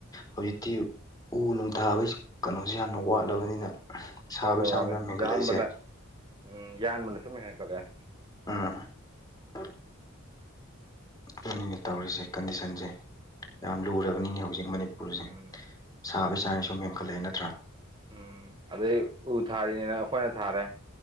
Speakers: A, on the left; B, on the right.
A: ꯍꯧꯖꯤꯛꯇꯤ ꯎ ꯅꯨꯡ ꯊꯥꯕꯩ ꯁꯛ ꯀꯩꯅꯣꯖꯤ ꯌꯥꯝꯅ ꯋꯥꯠꯂꯕꯅꯤꯅ ꯁꯥꯕꯒꯤ
B: ꯋꯥꯠꯂꯦ
A: ꯆꯥꯡꯁꯨ
B: ꯋꯥꯠꯂꯦ
A: ꯌꯥꯝ ꯍꯦꯟꯒꯠꯂꯛꯏꯁꯦ
B: ꯌꯥꯟꯕꯅ ꯎꯝ ꯌꯥꯟꯕꯅ ꯁꯨꯝ ꯍꯦꯟꯒꯠꯂꯛꯑꯦ
A: ꯎꯝ <unintelligible> ꯑꯗꯨꯅꯤꯅꯦ ꯇꯧꯔꯤꯁꯦ ꯀꯟꯗꯤꯁꯟꯁꯦ ꯌꯥꯝ ꯂꯨꯔꯕꯅꯤꯅꯦ ꯍꯧꯖꯤꯛ ꯃꯅꯤꯄꯨꯔꯖꯦ
B: ꯎꯝ
A: ꯁꯥꯕꯩꯥꯥ ꯆꯥꯡ ꯁꯨꯝ ꯍꯦꯟꯒꯠꯂꯛꯑꯦ ꯅꯠꯇ꯭ꯔꯥ
B: ꯎꯝ ꯑꯗꯩ ꯎ ꯊꯥꯔꯤꯅꯤꯅ ꯑꯈꯣꯏꯅ ꯊꯥꯔꯦ